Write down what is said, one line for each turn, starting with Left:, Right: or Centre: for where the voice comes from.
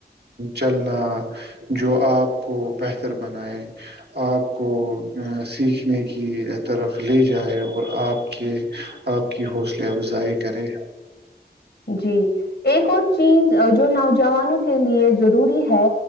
Right: چلنا جو آپ کو بہتر بنائے آپ کو سیکھنے کی طرف لے جائے اور آپ کے آپ کی حوصلہ افزائی کرے
Left: جی ایک اور چیز جو نوجوانوں کے لیے ضروری ہے